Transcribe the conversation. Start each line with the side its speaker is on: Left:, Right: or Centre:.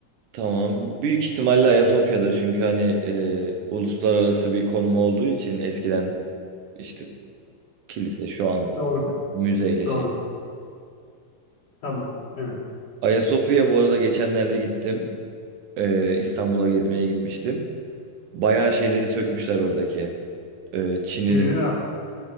Right: Tamam. Büyük ihtimalle Ayasofya'dır çünkü hani e, uluslararası bir konumu olduğu için eskiden işte kilise şu an
Left: Doğru.
Right: müzeyle
Left: Doğru.
Right: şey.
Left: Tamam. Evet.
Right: Ayasofya'ya bu arada geçenlerde gittim. E, İstanbul'a gezmeye gitmiştim. Bayağı şeyleri sökmüşler oradaki. E, Çinili.
Left: Değildir ha.